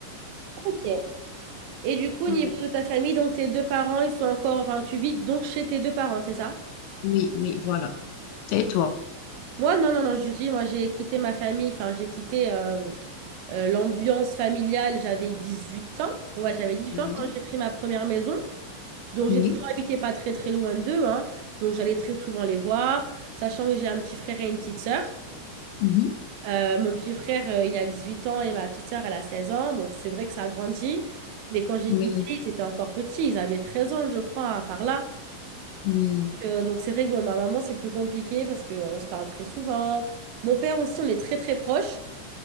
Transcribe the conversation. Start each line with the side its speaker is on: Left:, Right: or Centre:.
Right: Ok. Et du coup,
Left: Oui.
Right: au niveau de ta famille, donc tes deux parents, ils sont encore, enfin, tu vis donc chez tes deux parents, c'est ça?
Left: Oui, oui, voilà. Et toi?
Right: Moi, non, non, non, je dis, moi, j'ai quitté ma famille, enfin, j'ai quitté euh, euh, l'ambiance familiale, j'avais 18 ans. Ouais, j'avais dix huit
Left: Oui,
Right: ans quand j'ai pris ma première maison. Donc,
Left: oui,
Right: j'ai toujours habité pas très très loin d'eux, hein. Donc, j'allais très souvent les voir, sachant que j'ai un petit frère et une petite sœur.
Left: Mhm.
Right: Euh, mon petit frère, euh, il a 18 ans et ma petite sœur, elle a 16 ans. Donc, c'est vrai que ça a grandi. Mais quand j'ai
Left: Oui,
Right: quitté, ils étaient encore petits. Ils avaient 13 ans, je crois, par là.
Left: oui.
Right: Donc, euh, donc, c'est vrai que bon, ma maman, c'est plus compliqué parce qu'on se parle très souvent. Mon père aussi, on est très très proches.